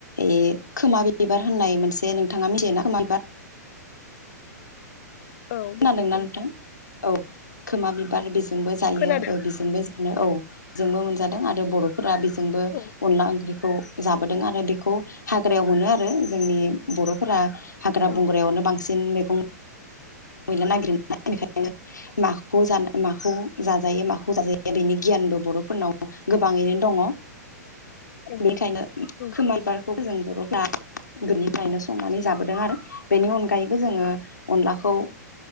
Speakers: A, on the left; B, on the left.
A: यै खोमा बिबार होननाय मोनसे नोंथाङा मिथियो ना खोमा बिबार?
B: औ मिथिगौ
A: खोनादोंना नोंथां? औ। खोमा बिबार बेजों बो जायो
B: खोनादों
A: बेजोंबो जानो औ। जोंबो मोनजादों आरो बर' फोरा बेजोंबो
B: औ
A: अनला ओंख्रि खौ जाबोदों आरो बेखौ हाग्रायाव मोनो आरो जोंनि बर'फोरा हाग्रा
B: औ
A: बंग्रायावनो बांसिन मैगं मैला नागिरो नालाय बेखायनो माखौ जानो, माखौ जाजायो, माखौ जाजाया बेनि गियानबो बर'फोरनाव गोबाङैनो दङ।
B: औ
A: बेनिखायनो
B: औ
A: खोमा बिबार खौ जों बर'फ्रा गोदोनिफ्रायनो संनानै जाबोदों आरो बेनि अनगायैबो जोङो अनलाखौ